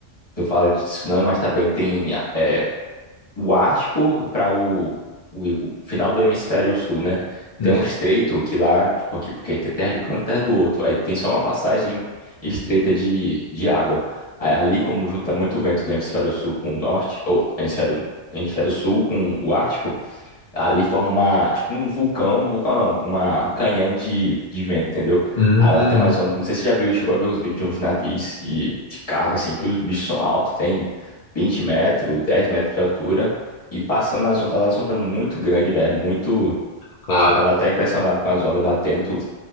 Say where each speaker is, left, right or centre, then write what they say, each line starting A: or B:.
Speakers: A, on the left (about 30°); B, on the left (about 60°).
A: Tu fala de tsunami, mas também tem é, o Ártico para o, o, o final do hemisfério sul, né?
B: Hum,
A: Tem um estreito que lá, tipo aqui, porque tem terra de um canto e terra do outro. Aí tem só uma passagem estreita de, de água. Aí ali, como junta muito vento do hemisfério sul com o norte, ou hemisfério, hemisfério sul com o Ártico, Ali forma uma, tipo um vulcão, um vulcão não, uma, um canhão de, de vento, entendeu?
B: hum,
A: Aí lá tem mais onda, não sei se você já viu, chegou a ver uns vídeos de uns navios de, de carga, assim, que os bichos são altos, tem 20 metros, 10 metros de altura, e passando nas ondas lá, as ondas muito grandes, velho, é muito...
B: claro.
A: Tu fica lá até impressionado com as ondas batendo, tu